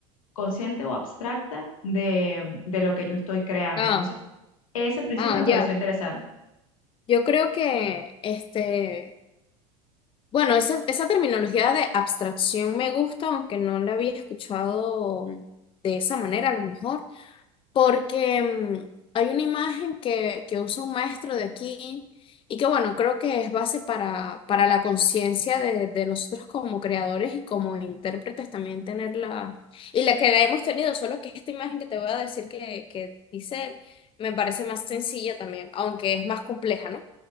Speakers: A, on the left; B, on the left.
A: consciente o abstracta de, de lo que yo estoy creando.
B: ah,
A: Entonces, ese principio
B: ah,
A: me
B: ya.
A: pareció interesante.
B: Yo creo que, este, bueno, esa, esa terminología de abstracción me gusta, aunque no la había escuchado de esa manera, a lo mejor. porque mm, hay una imagen que, que usa un maestro de aquí y que bueno, creo que es base para, para la conciencia de, de nosotros como creadores y como intérpretes también tenerla, y la que la hemos tenido, solo que esta imagen que te voy a decir que, que dice él, me parece más sencilla también, aunque es más compleja, ¿no?